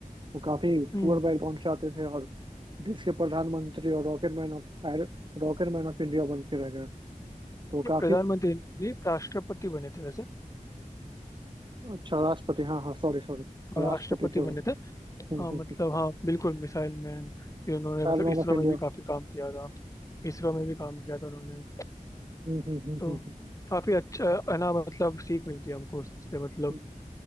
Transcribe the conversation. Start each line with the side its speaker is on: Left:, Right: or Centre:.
Right: वो काफी
Left: हम्म
Right: पुअर बैकग्राउंड से आते थे और देश के प्रधानमंत्री और rocket man of rocket man of India बन के रह गए तो वो
Left: ये
Right: काफी
Left: प्रधानमंत्री नहीं राष्ट्रपति बने थे वैसे
Right: अच्छा राष्ट्रपति हाँ हाँ सॉरी सॉरी
Left: हाँ,
Right: राष्ट्रपति
Left: राष्ट्रपति
Right: थे
Left: बने
Right: वो
Left: थे
Right: हम्म,
Left: हाँ
Right: हम्म,
Left: मतलब
Right: हम्म,
Left: हाँ बिल्कुल मिसाइल मैन फिर उन्होंने
Right: Child man
Left: मतलब इसरो
Right: of India
Left: में भी काफी काम किया था इसरो में भी काम किया था उन्होंने
Right: हम्म, हम्म, हम्म,
Left: तो
Right: हम्म, हम्म।
Left: काफी अच्छा है ना मतलब सीख मिलती है हमको उससे मतलब
Right: हम्म।